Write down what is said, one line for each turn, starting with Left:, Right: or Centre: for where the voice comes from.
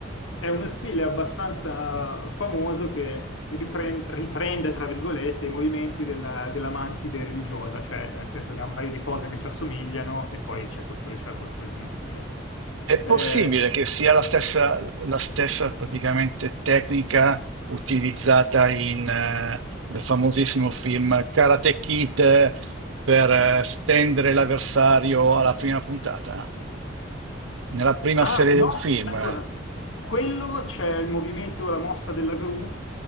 Left: È uno stile abbastanza famoso che ripren- riprende, tra virgolette, i movimenti della, della mantide religiosa, cioè nel senso che ha un paio di pose che ci assomigliano e poi ci ha costru- ci ha costruito uno stile.
Right: È
Left: Eh,
Right: possibile che sia la stessa, la stessa praticamente tecnica utilizzata in, eh, nel famosissimo film Karate Kid eh, per eh, stendere l'avversario alla prima puntata, nella prima
Left: ah,
Right: serie
Left: no,
Right: del film.
Left: allora, quello c'è il movimento, la mossa della gru,